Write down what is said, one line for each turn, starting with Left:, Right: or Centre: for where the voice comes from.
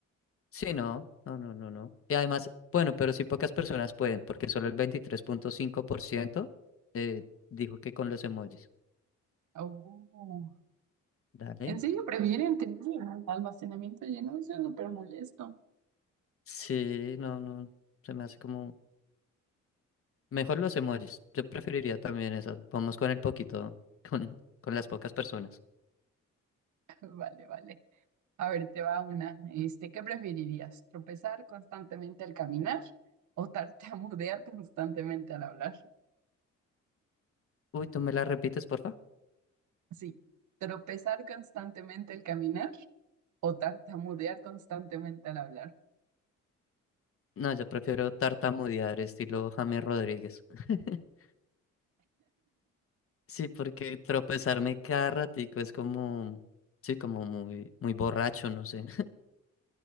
Left: Sí, no, no, no, no, no. Y además, bueno, pero sí pocas personas pueden, porque solo el 23.5% eh, dijo que con los emojis.
Right: Oh.
Left: Dale.
Right: ¿En serio prefieren tener el almacenamiento lleno? Eso es súper molesto.
Left: Sí, no, no, se me hace como... Mejor los emojis. Yo preferiría también eso. Vamos con el poquito, con, con las pocas personas.
Right: <laughs> Vale, vale. A ver, te va una. Este, ¿qué preferirías? ¿Tropezar constantemente al caminar o tartamudear <laughs> constantemente al hablar?
Left: Uy, ¿tú me la repites, porfa?
Right: Sí, tropezar constantemente al caminar o tartamudear constantemente al hablar.
Left: No, yo prefiero tartamudear estilo James Rodríguez. <laughs> Sí, porque tropezarme cada ratico es como, sí, como muy, muy borracho, no sé.